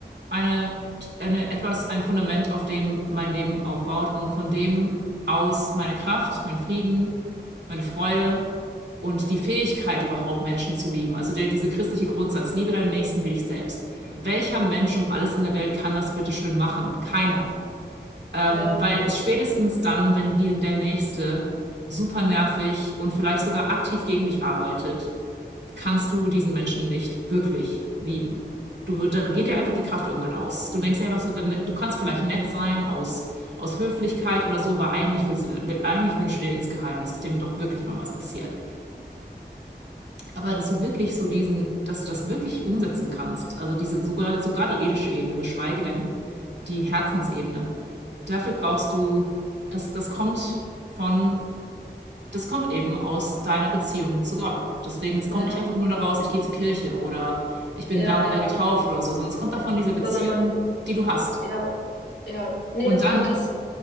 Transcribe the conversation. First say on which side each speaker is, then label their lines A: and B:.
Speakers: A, on the right; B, on the left.
A: eine, eine etwas, ein Fundament, auf dem mein Leben aufbaut und von dem aus meine Kraft, mein Frieden, meine Freude, und die Fähigkeit überhaupt Menschen zu lieben, also der, dieser christliche Grundsatz, liebe deinen Nächsten wie dich selbst. Welcher Mensch um alles in der Welt kann das bitte schön machen? Keiner. Weil
B: Ja,
A: es spätestens dann, wenn die, der Nächste super nervig und vielleicht sogar aktiv gegen dich arbeitet, kannst du diesen Menschen nicht wirklich lieben. Du da geht
B: hm,
A: dir einfach die Kraft irgendwann aus. Du denkst dir einfach so, du kannst vielleicht nett sein aus, aus Höflichkeit oder so, aber eigentlich willst du, eigentlich wünschst du dir insgeheim, dass dem doch wirklich mal was passiert. Aber dass du wirklich so diesen, dass du das wirklich umsetzen kannst, also diese sogar, sogar die ethische Ebene, geschweige denn die Herzensebene, dafür brauchst du, das, das kommt von, das kommt eben aus deiner Beziehung zu Gott. Deswegen, es
B: ja,
A: kommt nicht einfach nur daraus, ich gehe zur Kirche oder ich bin
B: ja,
A: da und
B: ja.
A: da getauft oder so, sondern es kommt davon dieser Beziehung,
B: Sondern man,
A: die du hast.
B: ja, ja. Nee,
A: Und
B: das
A: dann,
B: kann das,